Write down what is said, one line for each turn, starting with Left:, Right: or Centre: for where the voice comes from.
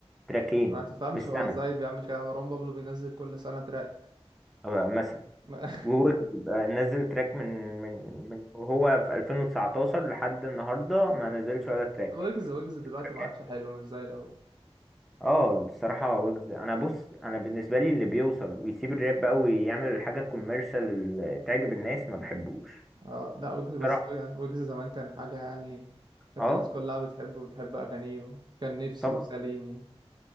Centre: تراكين
Right: ما تفهمش
Centre: في السنة
Right: هو ازاي بيعمل كده مروان بابلو بينزل كل سنة تراك
Centre: آه، مثلا
Right: <laughs>
Centre: وهو بيبقى نزل تراك من من من وهو في 2019 لحد النهاردة ما نزلش ولا تراك
Right: ويجز ويجز دلوقتي
Centre: تراكات.
Right: ما عادش حلو مش زي الأول
Centre: اه الصراحة ويجز انا بص انا بالنسبة لي اللي بيوصل ويسيب الراب قوي يعمل الحاجة الكوميرشال اللي تعجب الناس ما بحبوش
Right: اه لا ويجز بس
Centre: صراحة
Right: ويجز زمان كان حاجة يعني كانت
Centre: اه
Right: الناس كلها بتحبه وبتحب أغانيه كان نفسي
Centre: طبعا
Right: وساليني